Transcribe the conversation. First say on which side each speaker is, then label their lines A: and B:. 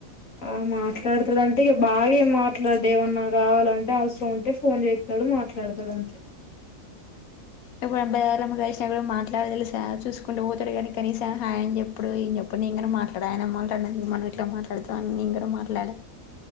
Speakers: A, on the left; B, on the left.
A: ఆ మాట్లాడుతడంటే బాగా మాట్లాడు ఏమన్నా కావాలంటే అవసరం ఉంటే ఫోన్ చెత్తడు ఉ మాట్లాడతాడంతే
B: ఎప్పుడు బార గ మా మాట్లాడ తెలి సా చూసుకుంట పోతాడు కానీస హాయ చెప్పుడు ఏం చెడు నేనుక మాట్లాడా అన అమ్మ అందుకు మనం ఇట్లా మాట్లాడుతా అన్న నను కూడా మాట్లాడ